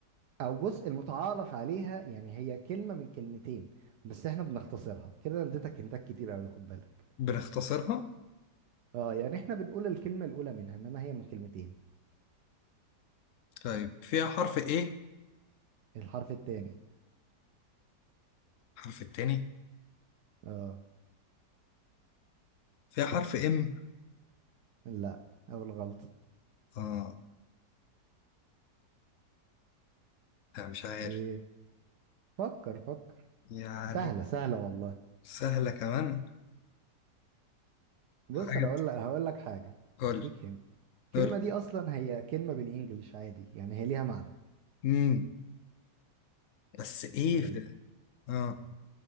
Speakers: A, on the right (about 75°); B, on the left (about 70°).
A: او بص المتعارف عليها يعني هي كلمة من كلمتين بس احنا بنختصرها كده انا اديتك هنتات كتير قوي خد بالك
B: بنختصرها
A: اه يعني احنا بنقول الكلمة الاولى منها انما هي من كلمتين
B: طيب فيها حرف ايه
A: الحرف التاني
B: حرف التاني
A: اه
B: فيها حرف ام
A: لا اول غلطة
B: اه لا مش عارف
A: ايه فكر فكر
B: يعني
A: سهلة سهلة والله
B: سهلة كمان
A: بص
B: حاجة
A: انا
B: بت-
A: اقول لك هقول لك حاجة
B: قول
A: اديك هنا الكلمة
B: قول
A: دي اصلا هي كلمة بالانجلش عادي يعني هي ليها معنى
B: امم بس ايه
A: يلا
B: في اه